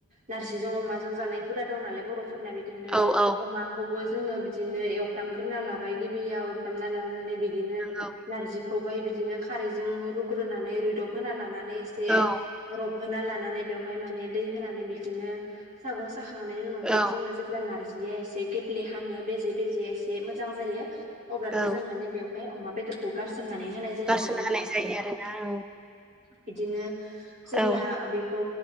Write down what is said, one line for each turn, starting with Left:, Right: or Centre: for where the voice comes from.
Right: नारजिजों अमाजों जानाय हुदा दं नालाय बरफोरना बिदिनो
Centre: औ औ
Right: अमाखौ जो बिदिनो एवफ्रामग्रोना लाबाय गिबियाव एवफ्रामना लानानै बिदिनो
Centre: नंगौ
Right: नारजि खौबहाय बिदिनो खारैजों रुग्रोनानै रुयदब होना लानानै एसे
Centre: औ
Right: रबहोना लानानै बेवहाय माने दै होनानै बिदिनो सागं साखां खांनायनि उनावहाय
Centre: ओं
Right: जोंङो जेब्ला नारजिया एसे गेब्ले हाङो बेजे बेजेया एसे मोजां जायो अब्लाथाय
Centre: औ
Right: जों माने बेवहाय अमा बेदरखौ गारसोम मनानै होनाय जायो
Centre: गारसोनो
Right: आरोना नोंथां
Centre: हानाय जायो आरोना औ
Right: बिदिनो जेब्ला
Centre: औ
Right: बेखौ